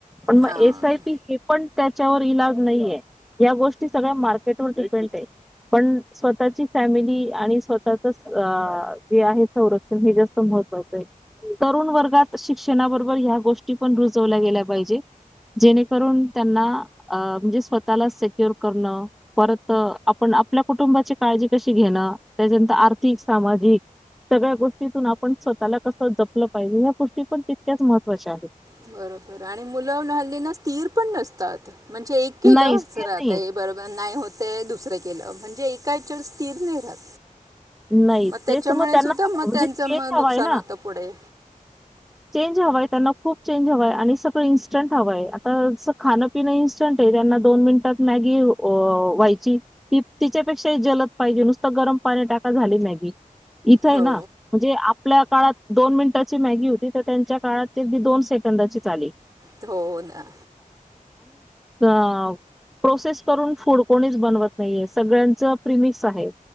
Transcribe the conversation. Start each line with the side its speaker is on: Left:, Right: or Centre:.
Centre: पण म
Right: हां
Centre: एस आय पी हे पण त्या वर इलाज नईये, या गोष्टी सगळ्या मार्केट व डिपेंड आएत. पण स्वतःची फॅमिली आणि स्वतःच स् अ जे आहे संरक्षण हे जास्त म्ह हत्वाचं आय. तरुण वर्गात शिक्षणाबरोबर ह्या गोष्टी पण रुजवल्या गेल्या पाहिजे. जेणेकरून त्यांना अ म्हणजे स्वतःला सेक्युर करणं, परत आपण आपल्या कुटुंबाची काळजी कशी घे ना त्याज्यानंत आर्थिक सामाजिक सगळ्या गोष्टीतून आपण स्वतःला कस जपलं पाहिजे, ह्या गोष्टी पण तितक्याच महत्त्वाच्या आहेत.
Right: बरोबर आणि मुलं न्हाल्ली ना स्थिर पण नसतात. म्हणजे एक केलं
Centre: नाही, स्थिर
Right: सर आता
Centre: नाहीयेत.
Right: हे बरोबर नाही होते दुसरे केलं म्हणजे एका हेच्यावर स्थिर नही राहत.
Centre: नाही
Right: मग त्याच्यामुळे
Centre: तेच म त्यांना
Right: सुद्धा
Centre: <unintelligible>
Right: मग त्यांचं
Centre: जे चेंज
Right: मग नुकसान
Centre: हवाय ना.
Right: होतं पुढे
Centre: चेंज हवाय त्यांना खूप चेंज हवाय. आणि सगळं इन्स्टंट हवंय. आता स खानं पिनं इन्स्टंट आय. त्यांना दोन मिनिट मॅगी व्हायची ती तीच्यापेक्षा जलद पाहिजे नुस्तं गरम पाणी टाक् झाली मॅगी. इथं आय
Right: हो
Centre: ना म्हणजे आ पल्या काळात दोन मिनिटाची मॅगी होती, त त्यांच्या काळात ते अदी दोन सेकंदाचीच आली.
Right: त् हो ना.
Centre: अं प्रोसेस करून फूड कोणीच बनवत नाहीये, सगळ्यांचं प्रिमिक्स आहे.